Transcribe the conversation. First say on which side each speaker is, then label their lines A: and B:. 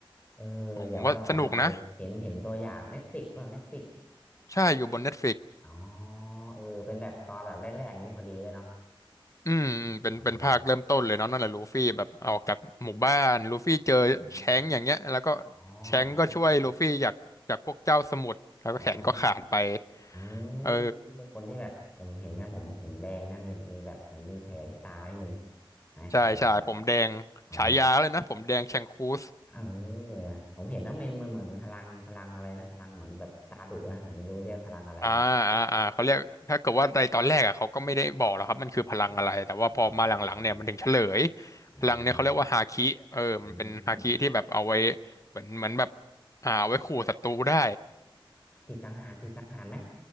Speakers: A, on the left; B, on the left.
A: เออเดี๋ยวเอาตามมาดูเห็นเห็นตัวอย่างเน็ตฟ
B: โอ้ผมว่าสนุกนะ
A: i ิกเปล่าเน็ตฟ i ิก
B: ใช่อยู่บน Netflix
A: อ๋อเออเป็นแบบตอนแบบแรกๆอย่างนี้พอดีเลยเนาะ
B: อืมอืมเป็นเป็นภาคเริ่มต้นเลยเนาะนั่นแหละลูฟี่แบบออกจากหมู่บ้านลูฟี่เจอแชงก์อย่างเงี้ยแล้วก็
A: อืมอมอ๋อ
B: แชงก์ก็ช่วยลูฟี่จากจากพวกเจ้าสมุทรแล้วก็แขนก็ขาดไป
A: อืมอ๋อเออ
B: เออ
A: เออคนที่แบบผมเห็นนะผมผมแดงนะมีมีแบบเหมือนมีแผลที่ตานิดนึงนะโดนแบบ
B: ใช่ใช่ผมแดงฉายาเลยนะผมแดงแชงคูส
A: อ๋อเออนะผมเห็นนักเมนมันเหมือนมีพลังพลังอะไรนะพลังเหมือนแบบตาดุนะผมไม่รู้เรียกพลังอะไรนะ
B: อ่าอ่าอ่าเขาเรียกถ้าเกิดว่าในตอนแรกอ่ะเขาก็ไม่ได้บอกหรอกครับมันคือพลังอะไรแต่ว่าพอมาหลังๆเนี่ยมันถึงเฉลย
A: อ่าอ่าอ่า
B: พลังเนี่ยเขาเรียกว่าฮาคิเออมันเป็นฮาคิที่แบบเอาไว้
A: อืม
B: เหมือนเหมือนแบบอ่าเอาไว้ขู่ศัตรูได้
A: จิตสังหารจิตสังหารไหม